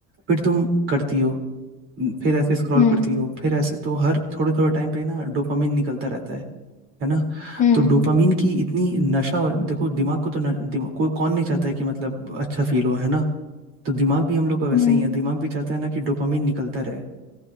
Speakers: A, on the right; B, on the left.
A: फिर तुम करती हो फिर ऐसे स्क्रॉल
B: हम्म
A: करती हो फिर ऐसे तो हर थोड़े थोड़े टाइम पे ना डोपामिन निकलता रहता है है ना
B: हम्म
A: तो डोपामिन की इतनी नशा और- देखो दिमाग को तो न, दिमाग कोई कौन नहीं चाहता है कि मतलब अच्छा फील हो है ना तो दिमाग भी हम लोग का वैसे
B: हम्म
A: ही है दिमाग भी चाहता है ना कि डोपामिन निकलता रहे